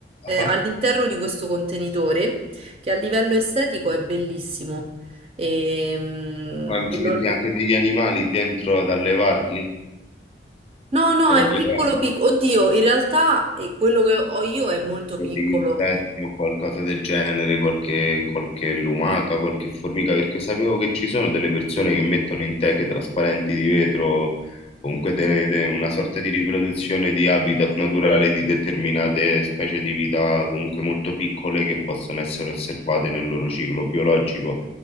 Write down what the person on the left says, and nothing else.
Ah,
Ma ci
metti anche degli animali dentro ad allevarli?
Per
allevarli?
degli
insetti o qualcosa del genere, qualche, qualche lumaca, qualche formica, perché sapevo che ci sono delle persone che mettono in teche trasparenti di vetro, comunque de- de- una sorta di riproduzione di habitat naturale di determinate specie di vita, comunque molto piccole, che possono essere osservate nel loro ciclo biologico